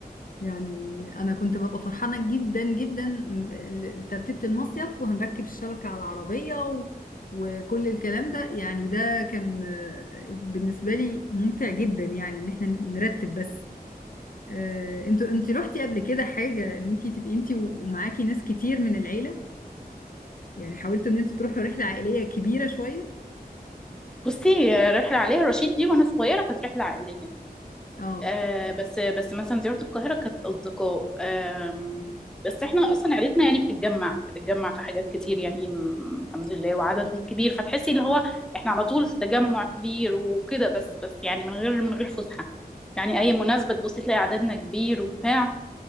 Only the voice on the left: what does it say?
يعني انا كنت ببقى فرحانه جدا جدا م- ترتيبه المصيف وهنركب الشبكه على العربيه و... وكل الكلام ده يعني ده كان آه، بالنسبه لي ممتع جدا يعني ان احنا نرتب بس آه، انتوا انت رحتي قبل كده حاجه ان انت تبقي انت ومعاكي ناس كتير من العيله يعني حاولتوا ان انتوا تروحوا رحله عائليه كبيره شويه
اه